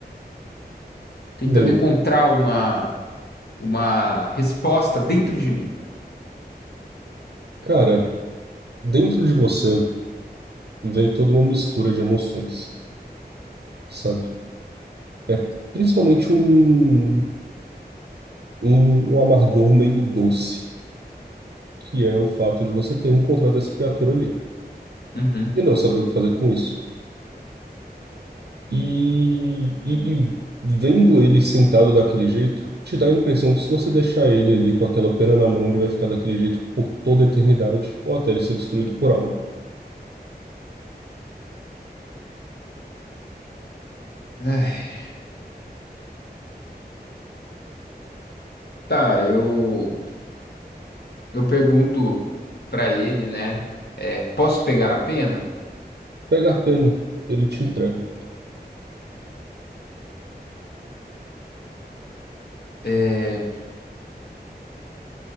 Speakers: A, on the left; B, on the right.
A: Tentando
B: Bem,
A: encontrar uma, uma resposta dentro de mim.
B: cara, dentro de você vem toda uma mistura de emoções, sabe? É principalmente um, um, um amargor meio doce, que é o fato de você ter encontrado essa criatura ali
A: Uhum.
B: e não saber o que fazer com isso. E, e, e vendo ele sentado daquele jeito, te dá a impressão que se você deixar ele ali com aquela pena na mão, ele vai ficar daquele jeito por toda a eternidade, ou até ele ser destruído por algo.
A: É, tá, eu, eu pergunto pra ele, né? é, posso pegar a pena?
B: Pega a pena, ele te entrega,
A: É,